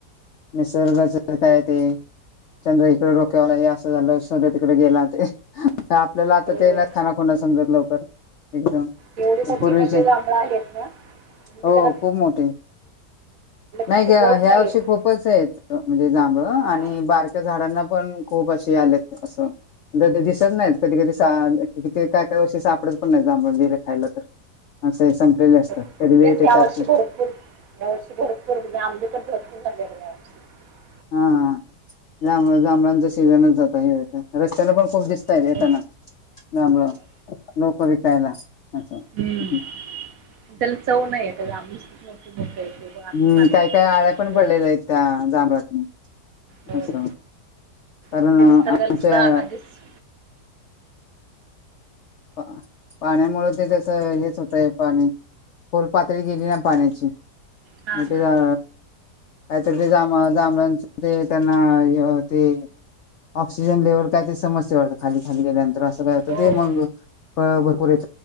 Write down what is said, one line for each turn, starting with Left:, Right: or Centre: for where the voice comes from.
Left: निसर्गाच काय ते चंद्र इकडे रोख्यावला, असं झालं. सूर्य तिकडे गेला ते आपल्याला आता
Right: हो
Left: ते ना, खाना खुणा समजत लवकर. एकदम
Right: एवढे मोठे
Left: पूर्वीचे
Right: मोठे जांभळ आहेत ना. म्हणजे
Left: हो
Right: त्याला
Left: खूप मोठे
Right: <unintelligible>
Left: नाही ह्या
Right: नाही
Left: वर्षी
Right: येत
Left: खूपचयत, म्हणजे जांभळ आणि
Right: हा
Left: बारक झाडा पण खूप असे आलेत, अस दिसत नाहीत. कधी कधी <unintelligible> तिथं काय - काय वर्षी सापडत पण नाहीत जांभळं गेले खायला तर असे संपलेले असतात
Right: तेच
Left: कधी लेट येतात
Right: या वर्षी भरपूर, या वर्षी भरपू <unintelligible>
Left: हा जांभळ, जांभळांचा सीजनच जात हे रस्त्याला पण खूप
Right: हो,
Left: दिसतयेत
Right: हो,
Left: येताना, जांबळ,
Right: हो.
Left: लोकं विकायला. असं
Right: हम्म, त्याला चव नाही <unintelligible>
Left: हम्म,
Right: पांढरे
Left: काही
Right: पांढरे
Left: काय आळ्या
Right: चव
Left: पण
Right: पूर्ण
Left: पडलेल्या आहेत त्या, जांभळातनी
Right: होय.
Left: अस कारण
Right: म्हणजे
Left: आमच्या
Right: निसर्गाला सुद्धा आधीच
Left: पा पाण्यामुळे ते जसं हेच होतय, पाणी खोल पातळी गेली ना पाण्याची,
Right: हा
Left: मग
Right: हा
Left: ते अ काहीत ते जाम जभळांच ते त्यांना ते य ते ऑक्सिजन लेवल का ते समस्या होतं, खाली - खाली गेल्यानंतर असं काय होतं
Right: हो
Left: ते मंग भरपूर येत